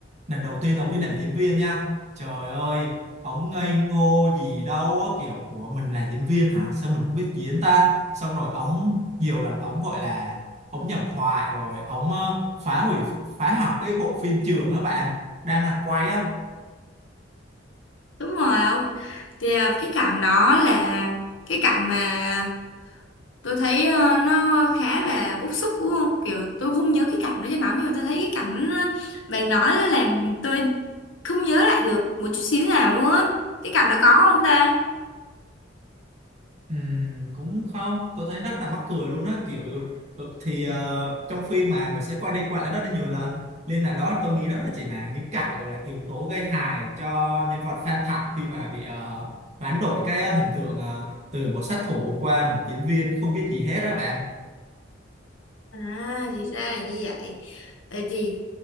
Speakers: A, on the right (about 35°); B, on the left (about 80°).
A: lần đầu tiên ống đi làm diễn viên nha. Trời ơi, ống ngây ngô gì đâu á, kiểu ủa mình là diễn viên hả? Sao mình không biết diễn ta? Xong rồi ống nhiều lần ống gọi là ống nhầm thoại rồi ống ờ, phá hủy phá hỏng cái bộ phim trường á bạn đang là quay á
B: đúng rồi ông. thì ờ, cái cảnh đó là cái cảnh mà tôi thấy ờ, nó khá là bức xúc đúng không kiểu tôi không nhớ cái cảnh đó cho lắm nhưng mà tôi thấy cái cảnh ờ, bạn nói là làm tôi không nhớ lại được một chút xíu nào luôn á cái cảnh đó có không ta
A: Ừm, cũng không tôi thấy rất là mắc cười luôn á kiểu ừ, thì ờ, trong phim mà mình sẽ quay đi quay lại rất là nhiều lần nên là đó tôi nghĩ đó là chỉ là những cảnh gọi là yếu tố gây hài cho nhân vật Phan Thận khi mà bị ờ, hoán đổi cái ờ, hình tượng ờ, từ một sát thủ qua một diễn viên không biết gì hết á bạn
B: À, thì ra là như vậy. Vậy thì